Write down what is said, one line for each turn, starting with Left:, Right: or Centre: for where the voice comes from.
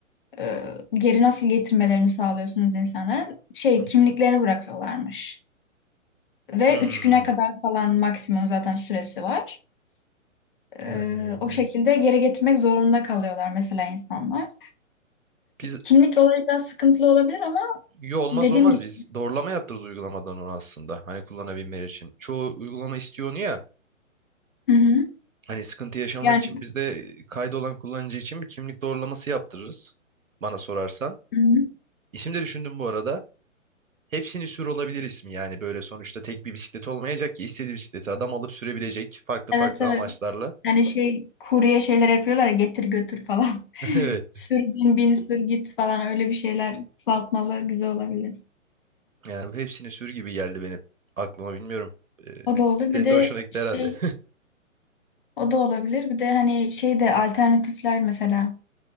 Left: E, geri nasıl getirmelerini sağlıyorsunuz insanların şey
Right: Hı
Left: kimliklerini
Right: hı.
Left: bırakıyorlarmış. Ve
Right: Hmm,
Left: üç güne kadar falan maksimum zaten süresi var. E,
Right: yani
Left: o
Right: e,
Left: şekilde geri getirmek zorunda kalıyorlar mesela insanlar.
Right: biz
Left: Kimlik olayı biraz sıkıntılı olabilir ama
Right: iyi olmaz
Left: Dediğim
Right: olmaz
Left: gibi.
Right: biz doğrulama yaptırırız uygulamadan onu aslında hani kullanabilmeleri için. Çoğu uygulama istiyor onu ya
Left: Hı hı.
Right: hani sıkıntı yaşamak
Left: Yani
Right: için biz de kaydı olan kullanıcı için bir kimlik doğrulaması yaptırırız bana sorarsan.
Left: hı hı.
Right: İsim de düşündüm bu arada. Hepsini sür olabilir ismi yani böyle sonuçta tek bir bisiklet olmayacak ki istediği bisikleti adam alıp sürebilecek farklı
Left: Evet
Right: farklı
Left: evet.
Right: amaçlarla.
Left: Hani şey kurye şeyler yapıyorlar ya getir götür falan.
Right: <laughs> Evet.
Left: <laughs> Sür bin bin sür git falan öyle bir şeyler kısaltmalı güzel olabilir.
Right: Yani bu hepsini sür gibi geldi benim aklıma bilmiyorum. Ee,
Left: O da olur.
Right: senin
Left: Bir de
Right: de hoşuna gitti
Left: şey
Right: herhalde.
Left: o da olabilir. Bir de hani şey de alternatifler mesela